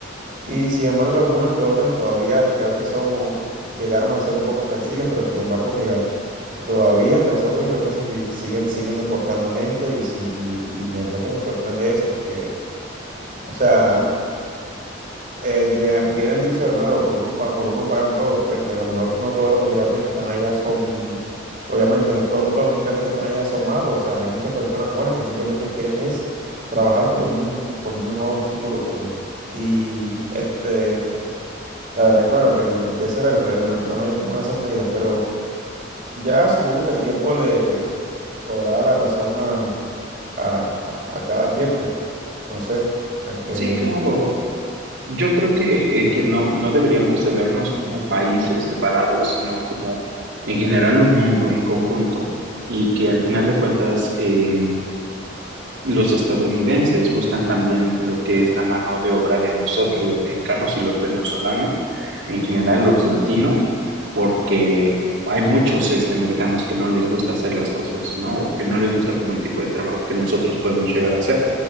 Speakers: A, on the right (about 45°); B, on the right (about 75°).
A: Y sin embargo, algunas que otras todavía creo que son, o llegaron a ser un poco flexibles, pero sin embargo, mira, eh, todavía hasta el sol de hoy creo que se si- siguen, siguen deportando gente y, sí, y, me verdad que me sorprende eso, porque, o sea, eh, ya viene el dicho de nuevo, por uno, pa- por uno pagan todos, pues, y a lo mejor no todos los migrantes que están allá son, obviamente, no, to- no todos los migrantes que están allá son malos, o sea, hay muchas personas buenas que simplemente quieren es trabajar por un, por un mejor futuro, pues, y este... La verdad que bueno, que me entristece ver que Donald Trump haya tomado esas medidas, pero ya supongo que el tiempo le podrá dar la razón a, a- a- a cada quien, pues. Entonces, es que
B: Sí, claro, yo creo que, eh, que no, no deberíamos de vernos como países separados, sino como en general un mundo en conjunto y que al final de cuentas, eh, Los estadounidenses buscan también lo que es la mano de obra de nosotros, los mexicanos y los venezolanos, en general los latinos, porque hay muchos este, americanos que no les gusta hacer las cosas, ¿no? O que no les gusta como el tipo de trabajo que nosotros podemos llegar a hacer.